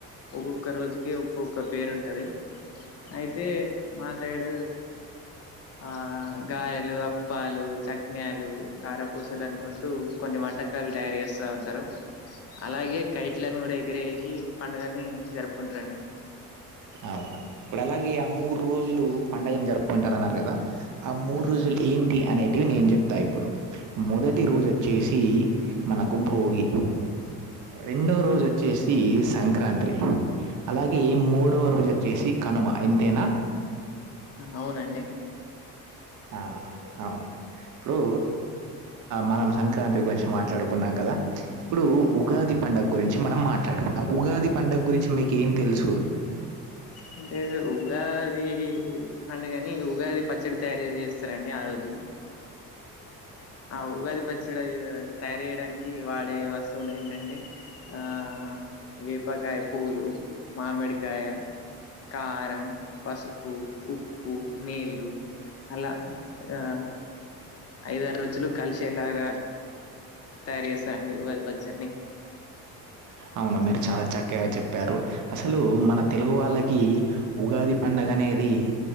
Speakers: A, on the left; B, on the right.
A: ఒక్కొక్క రోజుకి ఒక్కొక్క పేరు ఉంటది అయితే మా సైడ్ ఆ గాయలు అప్పాలు చక్నాలు కారపూసలు అనుకుంటూ కొన్ని వంటకాలు తయారు చేస్తా ఉంటారు అలాగే కైట్లను కూడా ఎగిరేసి పండుగని జరుపుకుంటారండి
B: అవును ఇప్పుడు అలాగే ఆ మూడు రోజులు పండుగను జరుపుకుంటారన్నారు కదా ఆ మూడు
A: అవును
B: రోజులు ఏంటి అనేటివి నేను చెప్ తా ఇప్పుడు మొదటి రోజు వచ్చేసి మనకు భోగి రెండో రోజు వచ్చేసి సంక్రాంత్రి అలాగే మూడో రోజు వచ్చేసి కనుమ ఇంతేనా
A: అవునండి
B: ఆ అవును ఇప్పుడు మనం సంక్రాంతి గురించి మాట్లాడుకున్నాం కదా ఇప్పుడు ఉగాది పండుగ గురించి మనం మాట్లాడుకుందాం ఉగాది పండుగ గురించి మీకేం తెలుసు
A: అంటే ఉగాది అనేని ఉగాది పచ్చ చడి తయారు చేస్తరండి ఆ రోజు ఆ ఉగాది పచ్చడి తయారు చేయడానికి వాడే వస్తువులు ఏంటంటే ఆ వేపకాయ పూలు మామిడికాయ కారం పసుపు ఉప్పు నీళ్ళు అలా ఆ ఐదారు రుచులు కలిసేలాగా తయారు చేస్తారండి ఉగాది పచ్చడ్ని
B: అవును మీరు చాలా చక్కగా చెప్పారు అసలు మన తెలుగు వాళ్ళ కీ ఉగాది పండగ అనేది